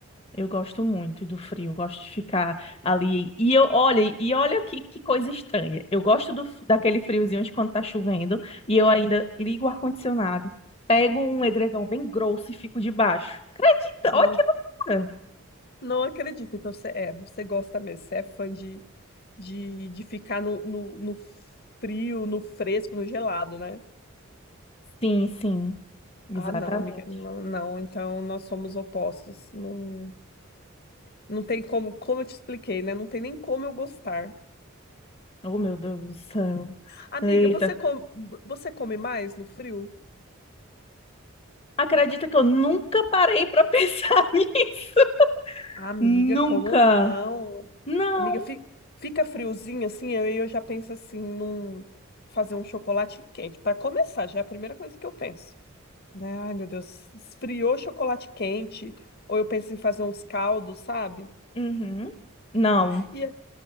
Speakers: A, on the left (about 30°); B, on the left (about 45°).
A: Eu gosto muito do frio, eu gosto de ficar ali. E eu, olha, e olha que, que coisa estranha. Eu gosto do, daquele friozinho de quando tá chovendo e eu ainda ligo o ar-condicionado, pego um edredom bem grosso e fico debaixo. Acredita?
B: Não.
A: Olha que loucura!
B: Não acredito. Então, você, é, você gosta mesmo, você é fã de, de, de ficar no, no, no frio, no fresco, no gelado, né?
A: Sim, sim, exatamente.
B: Ah, não, amiga, não, não. Então, nós somos opostos. Não, não tem como, como eu te expliquei, né? Não tem nem como eu gostar.
A: Oh, meu Deus do céu.
B: Amiga,
A: Eita.
B: você come, você come mais no frio?
A: Acredita que eu nunca parei pra <laughs> pensar nisso?
B: Amiga,
A: Nunca.
B: como não?
A: Não.
B: Amiga, fi- fica friozinho assim, aí eu já penso assim, num fazer um chocolate quente. Para começar, já é a primeira coisa que eu penso. né? Ai, meu Deus, esfriou chocolate quente, ou eu penso em fazer uns caldos, sabe?
A: Uhum. Não.
B: E é-